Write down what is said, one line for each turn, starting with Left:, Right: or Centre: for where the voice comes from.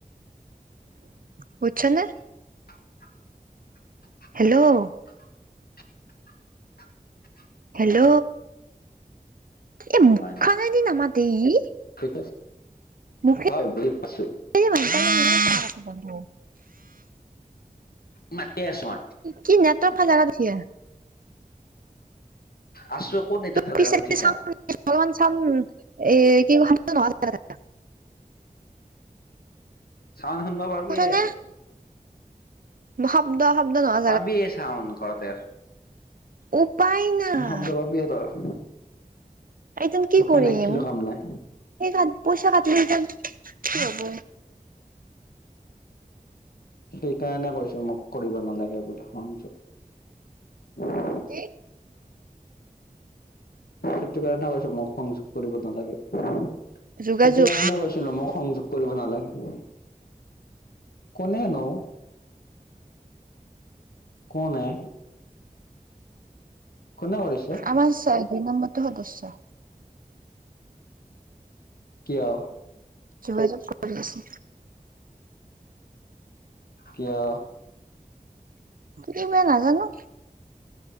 Right: বুজছা নে?
Left: <inaudible>
Right: হেল্ল'!
Left: <inaudible>
Right: হেল্ল'! এই মুখখানেদি
Left: হয় নেকি
Right: নামাতে ই।
Left: ঠিক আছে,
Right: মুখে
Left: হয় বুজি পাইছো।
Right: <unintelligible>
Left: মাতিয়ে আছো মই।
Right: কি নেটৱৰ্ক থাকা জাগাত উঠি আহ।
Left: আছোৱে, ক'ত নেটৱৰ্ক থকা
Right: পিছে
Left: জেগাত উঠি যাম।
Right: <inaudible>
Left: চাউন্ড শুনবা পাৰবি
Right: শুনিছনে
Left: এ।
Right: শব্দ, শব্দ নহয়
Left: পাবিয়ে চাউণ্ড, ঘৰতে আছোঁ।
Right: উপায় নাই
Left: শব্দ পাবিয়ে তই।
Right: এইটোন কি
Left: উপায়
Right: কৰিম?
Left: নাই খিলো কাম নাই।
Right: এই পইচা কাটলি ইটেন কি হ'ব?
Left: সেইকাৰণে কৈছোঁ মোক কৰিব নালাগে বুলি সংযোগ।
Right: কি?
Left: সেটো কাৰণে কৈছো মোক সংযোগ কৰিব নালাগে। সেইটো
Right: যোগাযোগ
Left: কাৰণে কৈছোঁ। ছিলো মোক সংযোগ কৰিব নালাগে। কোনে নো কোন এ? কোনে কৰিছে?
Right: আমাৰ ছয়, দুই নম্বৰটো সদস্য।
Left: কিয়?
Right: যোগাযোগ <unintelligible> আচি।
Left: কিয়?
Right: কিয় বা নাজানো।